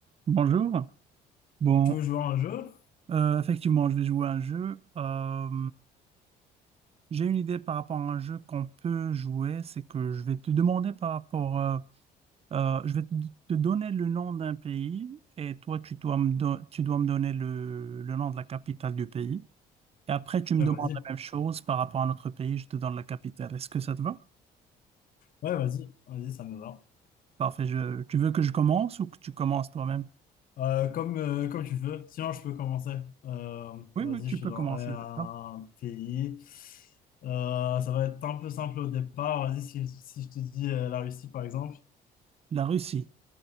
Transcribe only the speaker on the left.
Tu veux jouer à un jeu?
Ouais,
vas-y.
Ouais, vas-y. Vas-y, ça me va.
Euh, comme, euh, comme tu veux. Sinon, je peux commencer. Euh,
vas-y,
je
te donnerai
un
pays. Euh, ça va être un peu simple au départ. Vas-y, si, si je te dis euh, la Russie, par exemple.